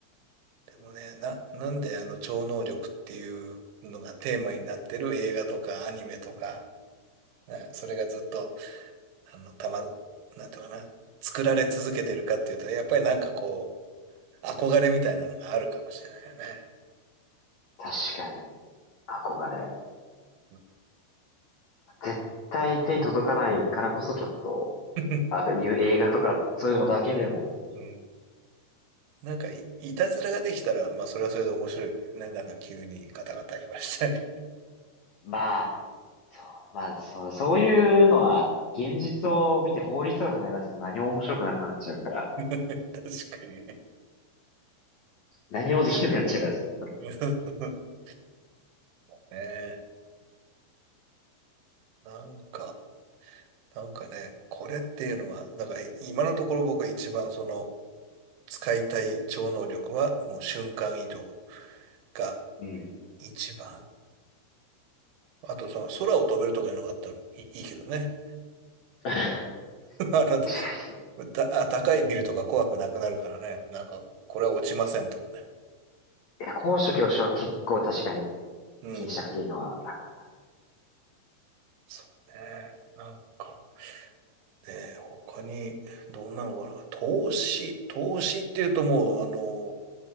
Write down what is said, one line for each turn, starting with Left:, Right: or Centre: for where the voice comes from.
Right: でもね、
Left: うん
Right: な、なんであの超能力っていうのがテーマになってる映画とかアニメとか、ねそれがずっと、
Left: うん。
Right: あの、たま、なんていうかな、作られ続けてるかっていうと、やっぱりなんかこう、憧れみたいなのがあるかもしれないよね。
Left: 確かに、憧れ。
Right: うん。
Left: 絶対手に届かないからこそちょっと、
Right: <laughs>
Left: あ、いう映画とか、そういうのだけでもっていう。
Right: うんなんかい、いたずらができたら、まあそれはそれで面白いけどね。なんか急にガタガタ言いましたり。
Left: まあ、そう、まあ、そう、そういうのは、現実を見て法律を考え出すと何も面白くなくなっちゃうから、
Right: <laughs> 確かにね。
Left: 何もできなくなっちゃうから、その
Right: <laughs> ねえなんか、なんかね、これっていうのは、だから今のところ僕が一番その使いたい超能力はもう瞬間移動が
Left: うん。
Right: 一番。あとその空を飛べるとかいうのがあったらいい、いいけどね。
Left: <laughs> 確
Right: <laughs> あ
Left: かに。い
Right: のたあ高いビルとか怖くなくなるからね。なんかこれは落ちませんとかね。
Left: や、高所恐怖症は結構確かに
Right: うん。
Left: 気にしなくていいのは楽だ
Right: そうね。なんか。で、他にどんなのかな。投資、投資っていうともうあの、